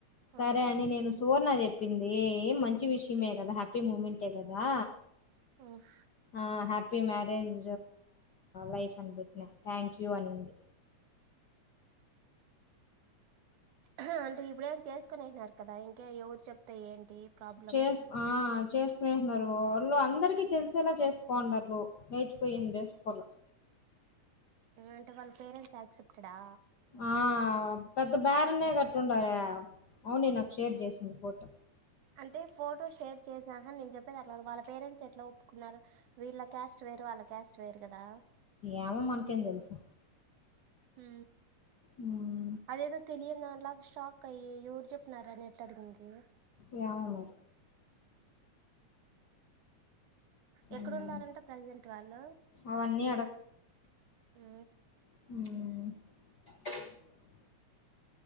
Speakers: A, on the right; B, on the left.
A: మ్మ్
B: సరే అని నేను సు సువర్ణ చెప్పింది ఏం మంచి విషయమే కదా హ్యాపీ మూమెంటే కదా
A: ఓహ్
B: ఆ హ్యాపీ మ్యారేజ్ లైఫ్ అన్బట్నా థ్యాంక్ యూ అనింది
A: ఆ అంటే ఇప్పుడేం చేస్ కొనేస్నారు కదా ఇంకా ఎవరు చెప్తే ఏంటి ప్రాబ్లమ్
B: చేస్ ఆ చేసుకునేసినారు వాళ్ళు అందరికి తెలిసేలా చేసుకోండారు లేేచిపోయి ఏం చేసుకోల
A: అంటే వాళ్ళ పేరెంట్స్ యాక్సెప్టెడా
B: ఆ పెద్ద బారనే కట్టి ఉండారే అవును నాకు షేర్ చేసింది ఫోటో
A: అంటే ఫోటో షేర్ చేసినాక నేను చెప్పేది అర్లాదు వాళ్ళ పేరెంట్స్ ఎట్లా ఒప్పుకున్నారు వీళ్ళ క్యాస్ట్ వేరు వాళ్ళ క్యాస్ట్ వేరు కదా
B: ఏమో మనకేం తెలుసు
A: హు
B: ఉ
A: అదేదో తెలియని దానిలాగా షాక్ అయ్యి ఎవరు చెప్పినారా అని ఎట్లా అడిగింది
B: ఏమో మరి
A: ఎక్కడున్నారంట
B: ఉమ్.
A: ప్రజెంట్ వాళ్ళు
B: అవన్నీ
A: హు
B: ఉ